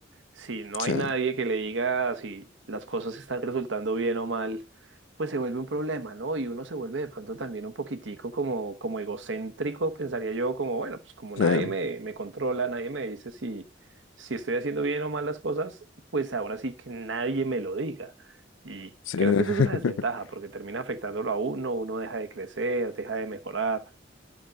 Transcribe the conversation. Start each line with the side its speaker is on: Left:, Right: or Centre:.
Right: Si no
Left: Sí,
Right: hay nadie que le diga si las cosas están resultando bien o mal, pues se vuelve un problema, ¿no? Y uno se vuelve de pronto también un poquitico como, como egocéntrico, pensaría yo, como, bueno, pues como nadie
Left: sí,
Right: me, me controla, nadie me dice si, si estoy haciendo bien o mal las cosas, pues ahora sí que nadie me lo diga. Y
Left: sí.
Right: creo
Left: <laughs>
Right: que eso es una desventaja porque termina afectándolo a uno, uno deja de crecer, deja de mejorar.